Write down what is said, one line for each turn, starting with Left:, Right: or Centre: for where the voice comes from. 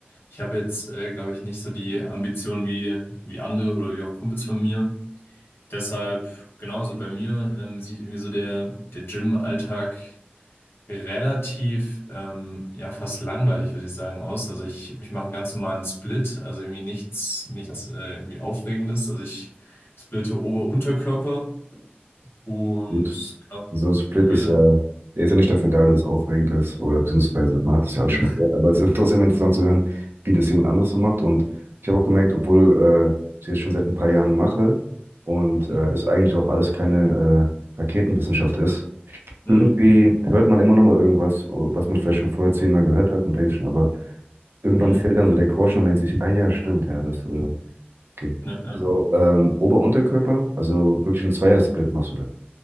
Left: ich habe jetzt, äh, glaube ich, nicht so die Ambitionen wie, wie andere oder wie auch Kumpels von mir. Deshalb, genauso bei mir, ähm, sieht irgendwie so der, der Gym-Alltag relativ, ähm, ja, fast langweilig, würde ich sagen, aus. Also ich, ich mache einen ganz normalen Split, also irgendwie nichts, nichts äh, irgendwie Aufregendes. Also ich splitte Ober-Unterkörper und
Right: Gut.
Left: genau,
Right: So ein Split
Left: probiere.
Right: ist ja, der ist ja nicht dafür da, dass es aufregend ist, oder beziehungsweise man hat das ja alles
Left: Genau.
Right: schon mal gehört, aber es ist <laughs> trotzdem interessant zu hören, wie das jemand anderes so macht. Und ich habe auch gemerkt,
Left: Mhm.
Right: obwohl äh, ich das schon seit ein paar Jahren mache und
Left: Mhm.
Right: äh, das eigentlich auch alles keine äh, Raketenwissenschaft ist, irgendwie
Left: Mhm.
Right: hört man immer noch mal irgendwas, was man vielleicht schon vorher zehnmal gehört hat und denkt schon, aber irgendwann
Left: Mhm.
Right: fällt dann so der Groschen und denkt sich, ah ja, stimmt, ja, das, äh, okay.
Left: Ja, ja.
Right: Also ähm, Ober-Unterkörper, also wirklich ein Zweiersplit machst du da.